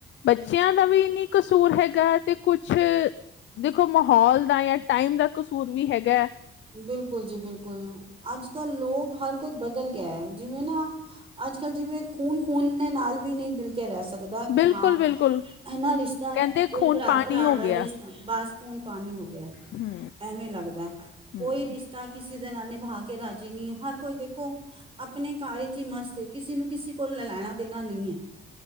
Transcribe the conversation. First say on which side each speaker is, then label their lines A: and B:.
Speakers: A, on the left; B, on the right.
A: ਬੱਚੇਆਂ ਦਾ ਵੀ ਨੀ ਕਸੂਰ ਹੈਗਾ ਤੇ ਕੁਛ, ਦੇਖੋ ਮਹੌਲ ਦਾ ਯਾ ਟਾਈਮ ਦਾ ਕਸੂਰ ਵੀ ਹੈਗੈ।
B: ਬਿਲਕੁਲ ਜੀ ਬਿਲਕੁਲ ਆੱਜ-ਕਾੱਲ ਲੋਗ ਹਰ ਕੋਈ ਬਦਲ ਗੇਐ ਜਿਵੇ ਨਾ ਆੱਜ-ਕਾੱਲ ਜਿਵੇ ਖੂਨ-ਖੂਨ ਨੇ ਨਾਲ ਵੀ ਨੀ ਬਿਲ ਕੇ ਰੈ ਸਕਦਾ ਕਿ
A: ਬਿਲਕੁਲ
B: ਹਾ
A: ਬਿਲਕੁਲ
B: ਇਹਨਾ ਰਿਸ਼ਤਾ
A: ਕਹਿੰਦੇ
B: ਕੋਈ
A: ਖੂਨ
B: ਪਰਾ-ਪਰਾ
A: ਪਾਣੀ ਹੋ
B: ਦਾ
A: ਗਿਆ।
B: ਰਿਸ਼ ਬਾੱਸ ਖੂਨ ਪਾਨੀ ਓ ਗੇਐ,
A: ਹੂੰ
B: ਐਵੇ ਲੱਗਦੈ
A: ਹੂੰ।
B: ਕੋਈ ਰਿਸ਼ਤਾ ਕਿਸੇ ਦੇ ਨਾਲ ਨਿਭਾ ਕੇ ਰਾਜੀ ਨੀ ਐ ਹਰ ਕੋਈ ਦੇਖੋ ਆਪਨੇ ਘਾੱਰ ਇਚ ਈ ਮਸਤ ਏ ਕਿਸੇ ਨੂੰ ਕਿਸੇ ਕੋਲ ਲਾ ਲੈਨਾ ਦੇਨਾ ਨੀ ਏ।